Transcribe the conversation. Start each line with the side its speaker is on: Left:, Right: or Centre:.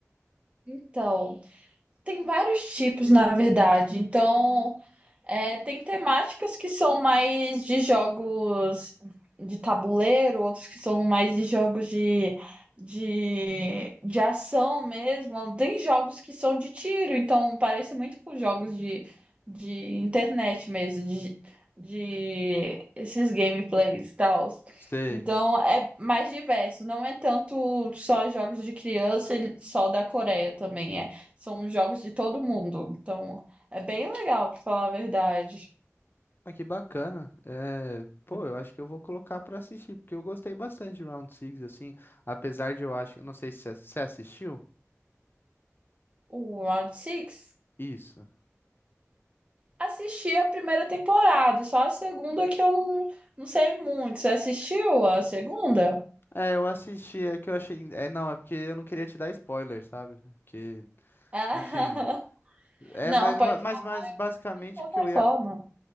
Right: Então, tem vários tipos, na verdade. Então, É, tem temáticas que são mais de jogos de tabuleiro, outros que são mais de jogos de, de, de ação mesmo. Tem jogos que são de tiro, então parece muito com jogos de, de internet mesmo, de, de esses gameplays e tal.
Left: Sei.
Right: Então é mais diverso, não é tanto só jogos de criança e só da Coreia também, é, são jogos de todo mundo. Então. É bem legal, pra falar a verdade.
Left: Ah, que bacana. É, pô, eu acho que eu vou colocar pra assistir, porque eu gostei bastante de Round Six assim, apesar de eu acho, não sei se você você assistiu.
Right: O Round Six
Left: Isso.
Right: assisti a primeira temporada, só a segunda que eu não, não sei muito. Você assistiu a segunda?
Left: É, eu assisti, é que eu achei, é não, é porque eu não queria te dar spoiler, sabe? Que,
Right: Ah,
Left: enfim,
Right: <laughs>
Left: é
Right: não,
Left: mais
Right: pode
Left: uma- mais
Right: falar
Left: mais basicamente
Right: de qualquer
Left: o que eu ia
Right: forma.